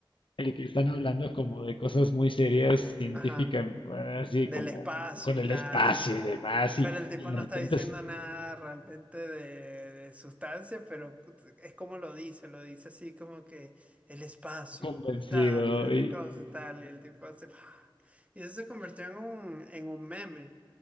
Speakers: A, on the left; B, on the right.
A: El que están hablando como de cosas muy serias, científicas,
B: Ajá.
A: así
B: Del
A: como
B: espacio
A: con el
B: y tal.
A: espacio y demás, y,
B: Pero el tipo
A: y
B: no
A: de repente
B: está diciendo
A: es
B: nada realmente de, de sustancia, pero es como lo dice, lo dice así como que el espacio,
A: convencido.
B: tal, y esas
A: Y
B: cosas, tal, y el tipo hace... <sighs> Y eso se convirtió en un, en un meme.